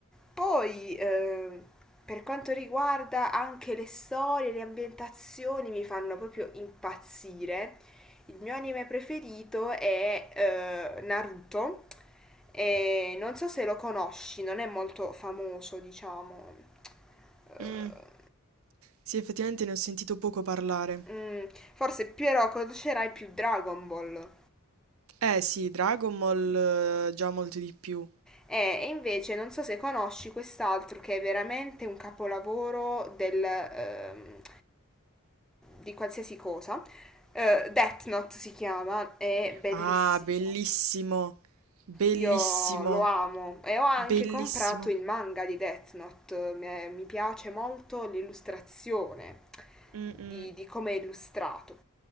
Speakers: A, in the centre; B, on the right.
A: Poi, ehm, per quanto riguarda anche le storie, le ambientazioni, mi fanno proprio impazzire. Il mio anime preferito è eh, Naruto. E non so se lo conosci, non è molto famoso, diciamo. Eh,
B: Mm. Sì, effettivamente ne ho sentito poco parlare.
A: mm, forse Piero conoscerai più Dragon Ball.
B: Eh sì, Dragon Ball eh, già molto di più.
A: Eh, E invece non so se conosci quest'altro che è veramente un capolavoro del, ehm, di qualsiasi cosa. Eh, Death Note si chiama, è bellissimo.
B: Ah, bellissimo, bellissimo,
A: Io lo amo e ho anche
B: bellissimo.
A: comprato il manga di Death Note. Mi mi piace molto l'illustrazione
B: Mm, mm.
A: di, di come è illustrato.